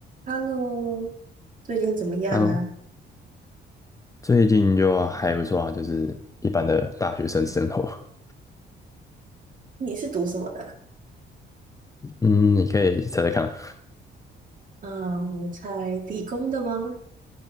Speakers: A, on the right; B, on the left.
A: Hello，最近怎么样啊？
B: 哈喽，最近就还不错啊，就是一般的大学生生活。
A: 你是读什么的啊？
B: <laughs> 嗯，你可以猜猜看啊
A: 嗯，我猜理工的吗？